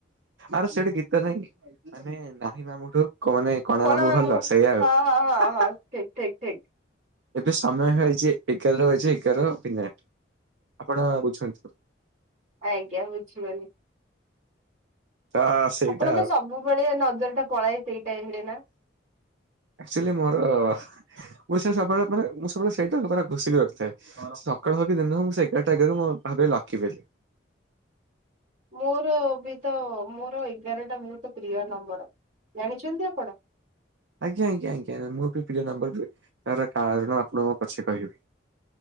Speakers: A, on the right; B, on the right.
A: ଆରେ ସେଠି ଗୀତ ନାଇଁ କି ମାନେ ନାହିଁ ମାମୁଁ ଠୁ କ ନାଇଁ କଣା
B: କଣ
A: ମାମୁଁ ଭଲ ସେଇଆ ଆଉ
B: ହଁ ହଁ ହଁ
A: ହା
B: ହଁ
A: ହା।
B: ଠିକ ଠିକ ଠିକ
A: ଏବେ ସମୟ ହେଇଚି ଏଗାର ଟା ବାଜି ଏଗାର ମିନିଟ୍। ଆପଣ ବୁଝନ୍ତୁ।
B: ଆଜ୍ଞା ବୁଝିିଗନି।
A: ତ ସେଇଟା
B: ଆପଣଙ୍କ ସବୁବେଳେ ନଜର ଟା ପଳାଏ ସେଇ ଟାଇମ ରେ ନା
A: ଆଚୁଲି ମୋର ମୁଁ ସେ ସବୁବେଳେ ମାନେ ମୁଁ ସବୁବେଳେ ସେଇ <unintelligible> ଲୋକ ରା ଘୋଷିକି ରିକିଥାଏ ସକାଳ ହଉ କି ଦିନ ହଉ ମୁଁ ସେଇ ଏଗାରଟା ଏଗାରୁ ମୋ ର ଭାବେ ଲକି ବୋଲି।
B: ମୋର ବି ତ ମୋର ଏଗାର ଟା ବହୁତ ପ୍ରିୟ ନମ୍ବର। ଜାଣିଛନ୍ତି ଆପଣ?
A: ଆଜ୍ଞା ଆଜ୍ଞା ଆଜ୍ଞା ମୋର ବି ପ୍ରିୟ ନମ୍ବର ଯେ ତାର କାରଣ ଆପଣଙ୍କୁ ମୁଁ ପଛେ କହିବି।